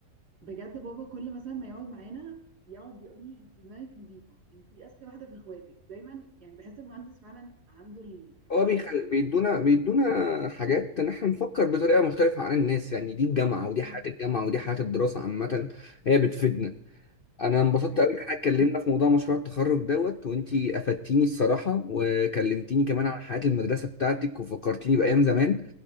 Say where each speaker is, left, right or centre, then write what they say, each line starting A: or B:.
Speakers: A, on the right; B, on the left.
A: بجد بابا كل مثلا ما يقعد معانا بيقعد يقول لي انت دماغك نظيفه انت اذكى واحده في اخواتك دايما يعني بحس المهندس فعلا عنده ال- الطريقه
B: هو بيخل...
A: دي
B: بيدونا بيدونا حاجات ان احنا نفكر بطريقه مختلفه عن الناس يعني دي الجامعه ودي
A: امم
B: حياه الجامعه ودي حياه الدراسه عامه هي بتفيدنا انا انبسطت
A: ايوه
B: قوي ان احنا اتكلمنا في موضوع مشروع التخرج دوت وانتي افدتيني الصراحه وكلمتيني كمان عن حياه المدرسه بتاعتك وفكرتيني بايام زمان